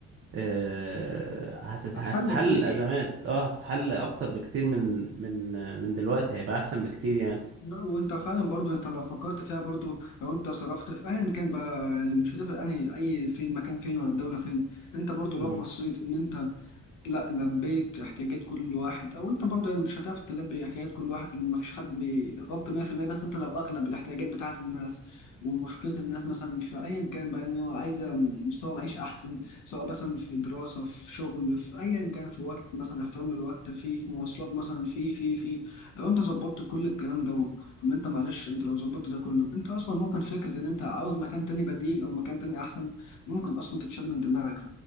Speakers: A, on the right; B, on the left.
A: آه، هتت-
B: هتحل
A: هتتحل
B: كتير
A: الازمات اه هتتحل اكتر بكتير من من آه، من دلوقتي هيبقى احسن بكتير يعني
B: لا وانت فعلا برضو انت لو فكرت فيها برضو لو انت صرفت في ايا كان بقى يعني مش هتفرق انهي اي فين مكان فين ولا الدوله فين انت برضو
A: مم،
B: لو بصيت ان انت لا لبيت احتياجات كل واحد او انت برضه يعني مش هتعرف تلبي احتياجات كل واحد لان مفيش حد بيغطي 100% بس انت لو اغلب الاحتياجات بتاعه الناس ومشكله الناس مثلا في ايا كان بقى ان هو عايزه مستوى معيشي احسن سواء مثلا في دراسه في شغل في ايا كان في وقت مثلا احترام الوقت في في مواصلات مثلا في في في لو انت ظبطت كل الكلام ده طب انت معلش انت لو ظبطت ده كله انت اصلا ممكن فكره ان انت عاوز مكان تاني بديل او مكان تاني احسن ممكن اصلا تتشال من دماغك